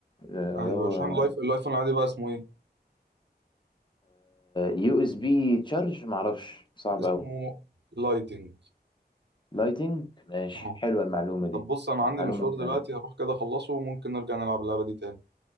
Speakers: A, on the left (about 25°); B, on the right (about 85°).
A: آه،
B: ايوه
A: اللي هو
B: عشان اللايف الايفون العادي بقى اسمه ايه
A: يو اس بي تشارج معرفش صعب
B: اسمه
A: قوي
B: لايتنج
A: لايتنج ماشي
B: اه
A: حلوة المعلومة دي
B: طب بص انا
A: دي
B: عندي
A: معلومة
B: مشوار
A: دي
B: دلوقتي
A: أنا.
B: هروح كده اخلصه وممكن نرجع نلعب اللعبة دي تاني